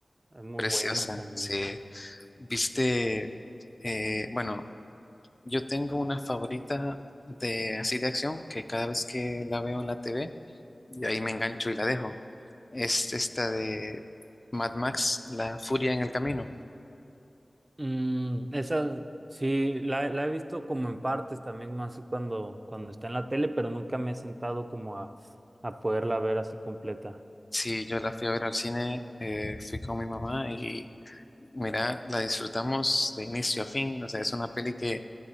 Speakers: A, on the right; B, on the left.
A: Es muy
B: preciosa,
A: buena también.
B: sí. Viste, eh, bueno, yo tengo una favorita de así de acción que cada vez que la veo en la TV, y ahí me engancho y la dejo. Es esta de Mad Max, La Furia en el Camino.
A: Mm, esa, sí, la, la he visto como en partes también, así cuando, cuando está en la tele, pero nunca me he sentado como a, a poderla ver así completa.
B: Sí, yo la fui a ver al cine, eh, fui con mi mamá y mira, la disfrutamos de inicio a fin. O sea, es una peli que,